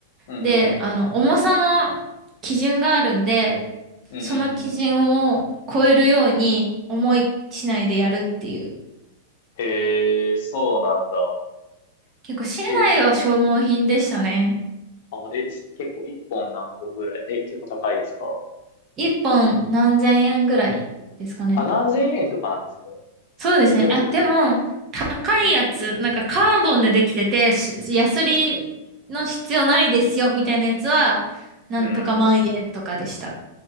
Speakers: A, on the left (about 60°); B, on the right (about 30°).
A: うんうんうん
B: で、あの、重さの基準があるんで、
A: うんうんうん。
B: その基準を超えるように重い竹刀でやるっていう。
A: へえ、そうなんだ。
B: 結構竹刀は消耗品でしたね。
A: えー、あ、え、結構一本何本ぐらいえ、結構高いですか
B: 一本何千円ぐらいですかね。
A: あ、何千円とかなんですね。
B: そうですね。
A: え、でも、
B: あ、でも、高いやつ、
A: うん、
B: なんかカーボンでできてて、しヤスリの必要ないですよ、
A: うん、
B: みたいなやつは、なんとか万円とかでした。
A: うん。